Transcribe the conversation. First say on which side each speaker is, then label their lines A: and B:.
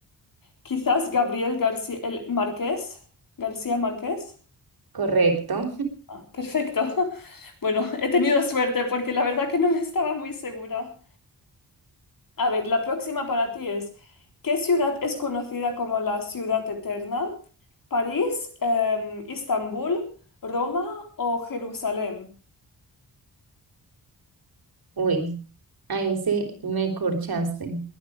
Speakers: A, on the left; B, on the right.
A: Quizás Gabriel García, el Marqués, García Márquez.
B: correcto.
A: Ah, perfecto. <laughs> Bueno, he tenido suerte porque la verdad que no me estaba muy segura. A ver, la próxima para ti es, ¿qué ciudad es conocida como la ciudad eterna? ¿París, em, Istambul, Roma o Jerusalén?
B: Uy, Ahí sí me corchaste.